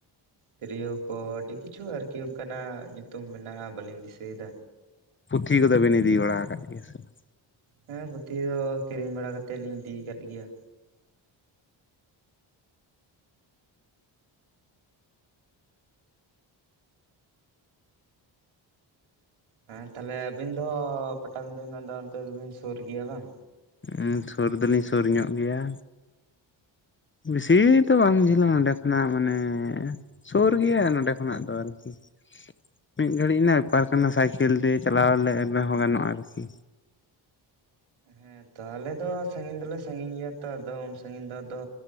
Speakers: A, on the right; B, on the left.
A: ᱛᱤᱨᱭᱟᱹᱣ ᱠᱚ ᱟᱹᱰᱤ ᱠᱤᱪᱷᱩ ᱟᱨᱠᱤ ᱚᱱᱠᱟᱱᱟᱜ ᱧᱩᱛᱩᱢ ᱢᱮᱱᱟᱜ-ᱟ ᱵᱟᱹᱞᱤᱧ ᱫᱤᱥᱟᱹᱭᱮᱫᱟ
B: ᱯᱩᱛᱷᱤ ᱠᱚᱫᱚ ᱵᱤᱱ ᱤᱫᱤ ᱵᱟᱲᱟ ᱟᱠᱟᱫ ᱜᱮᱭᱟ ᱥᱮ ᱵᱟᱝ
A: ᱦᱮᱸ ᱯᱩᱛᱷᱤ ᱫᱚ ᱠᱤᱨᱤᱧ ᱵᱟᱲᱟ ᱠᱟᱛᱮᱫ ᱞᱤᱧ ᱤᱫᱤ ᱟᱠᱟᱫ ᱜᱮᱭᱟ ᱦᱮᱸ ᱛᱟᱦᱞᱮ ᱟᱹᱵᱤᱱ ᱫᱚ ᱯᱟᱴᱟᱵᱤᱸᱫᱟᱹ ᱨᱮᱱᱟᱜ ᱫᱚ ᱚᱱᱛᱮ ᱫᱚ ᱵᱤᱱ ᱥᱩᱨ ᱜᱮᱭᱟ ᱵᱟᱝ
B: ᱩᱸ ᱥᱩᱨ ᱫᱚ ᱞᱤᱧ ᱥᱩᱨ ᱧᱚᱜ ᱜᱮᱭᱟ ᱵᱤᱥᱤ ᱫᱚ ᱵᱟᱝ ᱡᱷᱟᱹᱞᱟ ᱚᱸᱰᱮ ᱠᱷᱚᱱᱟᱜ ᱢᱟᱱᱮ ᱥᱳᱨ ᱜᱮᱭᱟ ᱱᱚᱰᱮ ᱠᱷᱚᱱᱟᱜ ᱫᱚ ᱟᱨᱠᱤ ᱢᱤᱫ ᱜᱷᱟᱹᱲᱤᱡ ᱨᱮᱱᱟᱜ ᱵᱮᱯᱟᱨ ᱠᱟᱱᱟ ᱥᱟᱭᱠᱮᱞ ᱛᱮ ᱪᱟᱞᱟᱣ ᱞᱮᱱ ᱨᱮᱦᱚᱸ ᱜᱟᱱᱚᱜ-ᱟ ᱟᱨᱠᱤ
A: ᱦᱮᱸᱛᱚ ᱟᱞᱮ ᱫᱚ ᱥᱟᱺᱜᱤᱧ ᱫᱚᱞᱮ ᱥᱟᱺᱜᱤᱧ ᱜᱮᱭᱟ ᱛᱚ ᱟᱫᱚ ᱩᱱ ᱥᱟᱺᱜᱤᱧ ᱫᱚ ᱟᱫᱚ